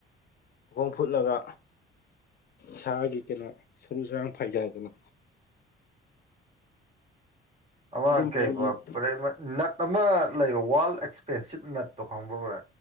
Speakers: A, on the left; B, on the right.
A: ꯃꯈꯣꯡ ꯐꯨꯠꯂꯒ ꯁꯥꯒꯤ ꯀꯩꯅꯣ ꯁꯔꯨ ꯁꯔꯥꯡ ꯐꯥꯏꯖꯥꯏꯗꯅ
B: ꯑꯃ
A: ꯑꯗꯨꯝꯕꯗꯣ
B: ꯀꯩꯄꯔꯦ
A: ꯌꯦꯡ
B: ꯑꯃ ꯂꯩꯔꯣ ꯋꯥꯜ ꯑꯦꯛꯁꯄꯦꯟꯁꯤꯞ ꯅꯠꯇꯣ ꯈꯪꯕꯕ꯭ꯔꯥ